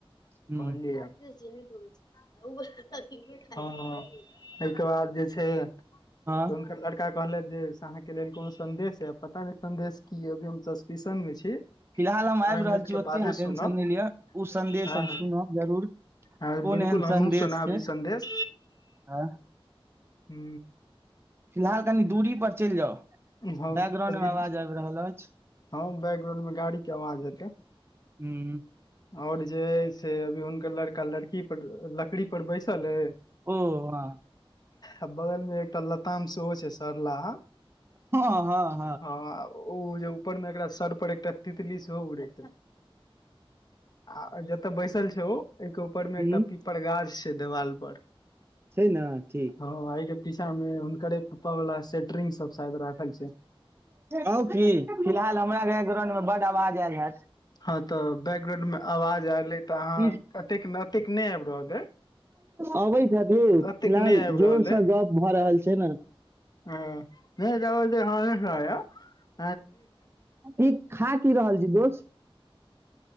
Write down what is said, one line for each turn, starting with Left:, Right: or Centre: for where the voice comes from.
Right: हूँ
Left: कहलिय आब। <unintelligible> हँ, एहिके बाद जे छै
Right: हँ
Left: हुनकर लड़का कहलथि जे अहाँकेँ लेल कोनो संदेश है, पता नहि संदेश की अभी हम सस्पशनमे छी।
Right: फिलहाल हम आबि
Left: बारह मिनट
Right: रहल छी
Left: के
Right: ओते
Left: बादे
Right: अहाँकेँ
Left: सुनब
Right: टेंशन नहि लिअ ओ संदेश
Left: हँ
Right: हम सुनब जरूर।
Left: हँ,
Right: कोन
Left: बिल्कूल
Right: एहन
Left: हमँ
Right: संदेश
Left: सुनबि अभी
Right: छै
Left: संदेश।
Right: हँ।
Left: हू
Right: फिलहाल कनि दूरी पर चलि जाउ
Left: हम
Right: बैकग्राउंड
Left: अभी
Right: मे आवाज आबि रहल अछि
Left: हँ बैकग्राउंन मे गाड़ी के आवाज हेतै
Right: हूँ
Left: और जेय से अभी हुनकर लड़का लड़की पर लकड़ी पर बैसल ऐ
Right: ओ हां
Left: आ बगल मे एकटा लताम सेहो छै सरलाहा
Right: हँ हँ
Left: हँ ओ जे ऊपर में एकरा सर पर एकटा तितली सेहो उड़ैतै आ जतय बैसल छै ओ एहिके ऊपर मे
Right: हूँ
Left: एकटा पीपर गाछ छै देवाल पर
Right: छै नठीक
Left: ह आइ के पीछा मे हुनकरे पप्पा वाला सेटरिंग सब शायद राखल छै
Right: आव की फिलहाल हमरा ग्रउंडमे बड्ड आवाज आयल हत
Left: हँ तऽ बैकग्राउंन में आवाज एयले तऽ अहाँ
Right: की
Left: एतेक अतेक नहि आबि रहल अई
Right: अबैत हैत यौ फिलहाल
Left: एतेक नहि आबि
Right: जोर
Left: रहल
Right: से
Left: अइ
Right: गप भऽ रहल छै ने
Left: ह नहि त ओ हान सुरा <unintelligible>
Right: ई खा कि रहल छी दोस